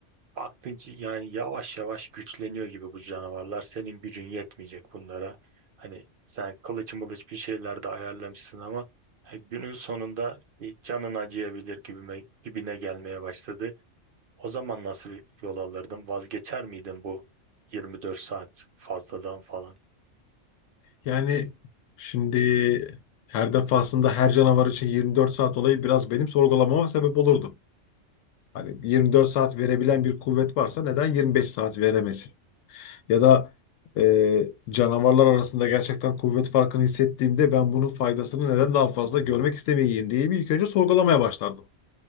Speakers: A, on the right (about 60°); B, on the left (about 85°).
A: Baktın ki yani yavaş yavaş güçleniyor gibi bu canavarlar. Senin gücün yetmeyecek bunlara. Hani sen kılıç mılıç bir şeyler de ayarlamışsın ama e, günün sonunda bir canın acıyabilir gibime, gibine gelmeye başladı. O zaman nasıl bir yol alırdın? Vazgeçer miydin bu 24 saat fazladan falan?
B: Yani şimdi her defasında her canavar için 24 saat olayı biraz benim sorgulamama sebep olurdu. Hani 24 saat verebilen bir kuvvet varsa neden 25 saat veremesin? Ya da e, canavarlar arasında gerçekten kuvvet farkını hissettiğimde ben bunun faydasını neden daha fazla görmek istemeyeyim diye bir ilk önce sorgulamaya başlardım.